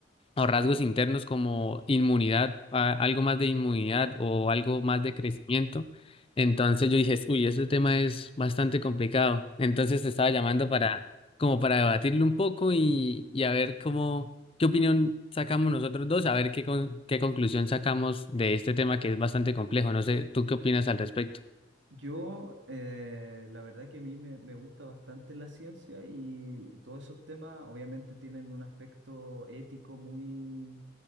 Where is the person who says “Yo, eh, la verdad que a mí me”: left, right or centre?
Right